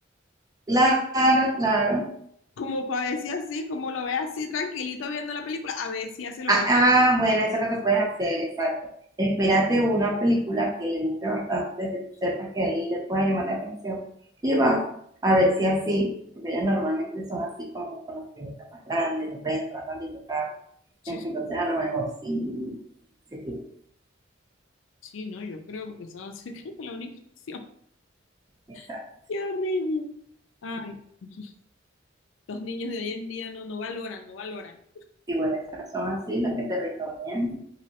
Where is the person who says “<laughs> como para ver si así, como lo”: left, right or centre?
Left